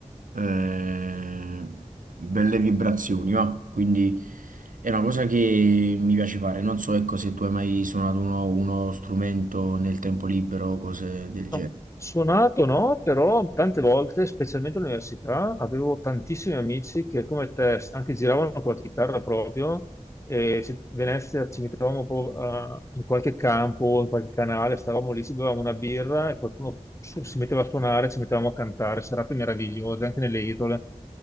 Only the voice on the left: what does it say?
No, suonato no, però tante volte, specialmente all'università, avevo tantissimi amici che come te anche giravano con la chitarra proprio e ci- Venezia ci mettevamo po- a- in qualche campo, in qualche canale, stavamo lì, ci bevevamo una birra e qualcuno su- si metteva a suonare, ci mettevamo a cantare, serate meravigliose anche nelle isole.